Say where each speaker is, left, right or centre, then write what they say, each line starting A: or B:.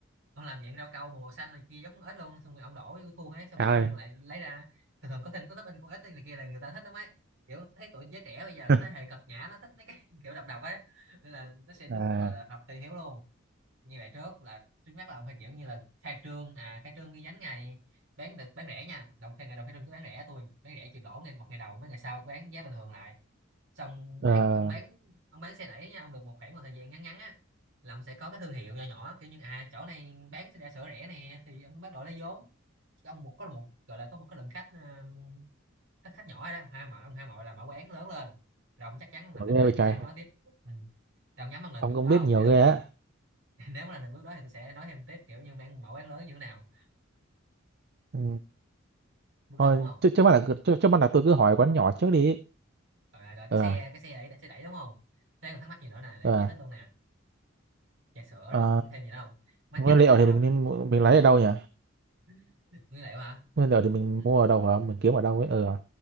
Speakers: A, on the right; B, on the right.
A: ông làm dạng rau câu mà màu xanh này kia giống con ếch luôn xong rồi ông đổ vô cái khuôn ấy xong
B: trời
A: cái ông
B: ơi
A: lại lấy ra thường thường có thêm có topping con ếch này kia là người ta thích lắm ấy kiểu thấy tụi giới trẻ bây giờ
B: <laughs>
A: cái thế hệ cật nhã nó thích mấy cái <laughs> kiểu độc độc ấy nên là nó sẽ đúng
B: à
A: rồi là hợp thị hiếu luôn như vậy trước là trước mắt là ông phải kiểu như là khai trương à khai trương ghi nhánh ngày bán được bán rẻ nha đồng khai ngày đầu khai trương cứ bán rẻ tôi bán rẻ chịu lỗ ngay một ngày đầu mấy ngày sau bán giá bình thường lại xong
B: ờ,
A: bán ông bán ông bán xe đẩy nha ông được một khoảng một thời gian ngắn ngắn á là ông sẽ có cái thương hiệu nhỏ nhỏ kiểu như à chỗ này bán xe đạp sửa rẻ nè thì ông bắt đầu lấy vốn Cho ông một có một gọi là có một cái lượng khách ờ, khách khách nhỏ rồi đó ông hai mợ ông hai mợ là mở quán lớn lên rồi ông chắc chắn ông làm
B: ủa
A: được
B: ghê
A: đó
B: vậy
A: thì
B: trời
A: tôi sẽ nói tiếp ừ. Thì nhắm bằng lời
B: ông
A: cái
B: cũng
A: bước đó
B: biết
A: không?
B: nhiều
A: Nếu được
B: ghê á
A: <laughs> nếu mà làm được bước đó thì tôi sẽ nói thêm tiếp kiểu như mang mẫu án lớn như thế nào
B: ừ.
A: bước đó
B: thôi
A: ổn không
B: trước trước mắt là cứ- trước, trước mắt là tôi cứ hỏi quán nhỏ trước đi
A: rồi, rồi cái
B: ờ
A: xe
B: à,
A: cái xe đẩy xe đẩy đúng không thế còn thắc mắc gì nữa nè để
B: ờ
A: giải
B: à.
A: thích luôn nè trà sữa
B: Ờ,
A: rồi muốn thêm gì nữa không matcha
B: nguyên
A: latte
B: liệu thì mình
A: không
B: nên mua- mình lấy ở đâu nhỉ
A: <laughs> nguyên liệu hả
B: nguyên liệu thì mình
A: ừ.
B: mua ở đâu hả mình kiếm ở đâu ấy ờ ừ. à.